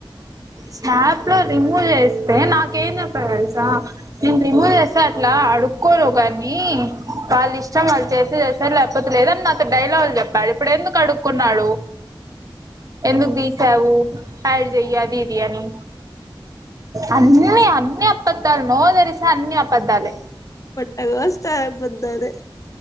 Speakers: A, on the right; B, on the left.
A: స్నాప్ లో రిమూవ్ చేస్తే నాకేం చెప్ప తెలుసా నేను రిమూవ్ చేసే అట్లా అడుక్కోను కాని వాళ్ళు ఇష్టం వాళ్ళు చేస్తే చేస్తారు లేకపోతే లేదని నాకు డైలాగు్లు చెప్పాడు ఇప్పుడు ఎందుకు అడుకున్నాడు ఎందుకు సవు యాడ్ చెయ బిర్యాని అన్నిీ అన్ని అబద్ద్దాలు నోధరిసే అన్ని అబద్దాలే
B: పొట్ట కోస్తే అబద్దాలే